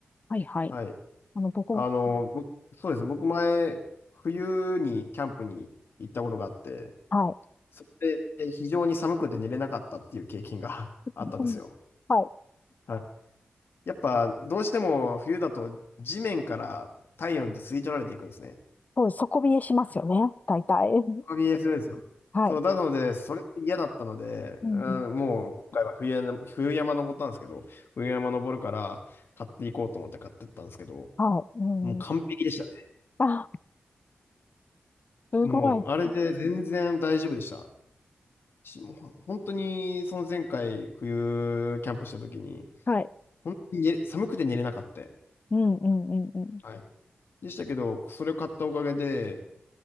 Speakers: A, on the left; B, on the left.
A: はいはい。
B: はい。
A: あの、僕も、
B: あのー僕そうですね。僕前、冬にキャンプに行ったことがあって、
A: は
B: それで非常に寒くて寝れなかったっていう経験が <laughs>
A: い。
B: あったんですよ。
A: うん、はい。
B: はい。やっぱ、どうしても冬だと地面から体温って吸い取られていくんですね。
A: そうです、底冷えしますよね、大体。<laughs>
B: BS ですよ。
A: はい。
B: そう、なので、それが嫌だったので、うん、
A: うんうん、
B: もう今回は冬山、冬山登ったんですけど、冬山登るから買っていこうと思って買ってったんですけど、
A: はい。うん。
B: もう完璧でしたね。
A: あ、すごい。
B: もう、あれで全然大丈夫でした。し、もう本当に、その前回冬キャンプした時に、
A: はい。
B: 本当に寝寒くて寝れなかった。
A: うんうんうんうん。
B: はい。でしたけど、それを買ったおかげで、